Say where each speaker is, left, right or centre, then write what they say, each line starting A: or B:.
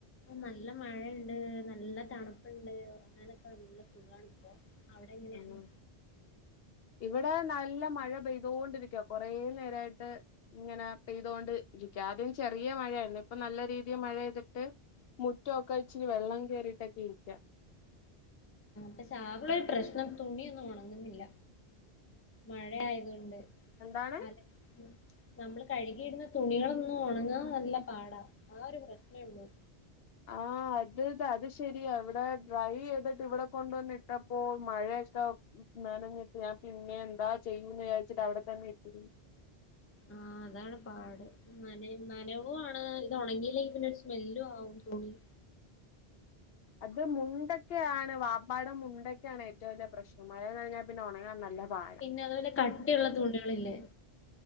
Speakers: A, on the left; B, on the left.
A: നല്ല മഴയുണ്ട് നല്ല തണുപ്പുണ്ട് ഒറങ്ങാനൊക്കെ നല്ല സുഖമാണിപ്പോ- അവിടെ എങ്ങനെയാ-
B: ഉം. ഇവിടെ നല്ല മഴ പെയ്തൊണ്ടിരിക്കുവ കൊറെ നേരവായിട്ട് ഇങ്ങനെ പെയ്തൊണ്ടിരിക്കുവ ആദ്യം ചെറിയ മഴയാരുന്നു ഇപ്പം നല്ല രീതിയിൽ മഴപെയ്തിട്ട് മുറ്റമൊക്കെ ഇച്ചിരി വെള്ളം കയറിട്ടൊക്കെ ഇരിക്ക്വാ-
A: പക്ഷേ ആകെയുള്ളൊരു പ്രശ്നം തുണിയൊന്നും ഒണങ്ങുന്നില്ല മഴ ആയതുകൊണ്ട്-
B: എന്താണ്
A: അതെ- നമ്മൾ കഴുകിയിടുന്ന തുണികളൊന്നും ഒണങ്ങാൻ നല്ല പാട ആ ഒരു പ്രശ്നവൊണ്ട്-
B: ആ അത് അതുശരിയാ ഇവിടെ ഡ്രൈ ചെയ്തിട്ട് ഇവിടെ കൊണ്ട് വന്ന് ഇട്ടപ്പോ മഴയൊക്കെ നനഞ്ഞിട്ട് ഞാൻ പിന്നെ എന്താ ചെയ്യൂന്ന് വിചാരിച്ചിട്ട് അവിടെ തന്നെ ഇട്ടിരി
A: ആ അതാണ് പാട് നന നനവുവാണ് ഇത് ഉണങ്ങീല്ലെങ്കിൽ പിന്നെ ഒരു സ്‌മെല്ലും ആവും തുണി-
B: അത് മുണ്ടൊക്കെ ആണ് വാപ്പാടെ മുണ്ടെക്കെ ആണ് ഏറ്റവും വലൃ പ്രശ്നം മഴ നനഞ്ഞാൽ പിന്നെ ഒണങ്ങാൻ നല്ല പാടാ
A: പിന്നെ അത് പോലെ കട്ടിയുള്ള തുണികളില്ലേ